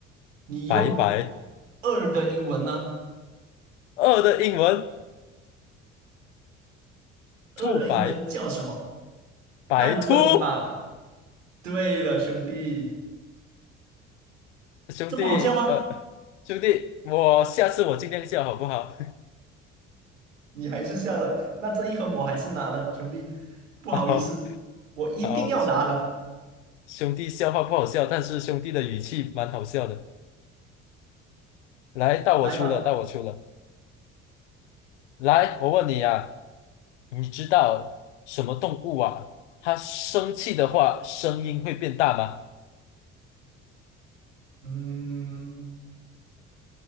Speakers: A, on the right (about 80°); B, on the left (about 70°).
A: 你用
B: 白白，
A: 二的英文呢？
B: 二的英文
A: 二的英文叫什么？
B: 兔白白兔。
A: 那如果你把，对了，兄弟，
B: 兄弟，
A: 这不好笑吗？
B: 呃，兄弟，我下次我尽量笑，好不好？
A: 你还是笑了，那这一分我还是拿了，兄弟，不好意思，
B: <laughs> 好，
A: 我一定要拿了，
B: 好，兄弟，笑话不好笑，但是兄弟的语气蛮好笑的。来，到我出了，
A: 来吧，
B: 到我出了。来，我问你啊，你知道什么动物啊？它生气的话，声音会变大吗？
A: 嗯，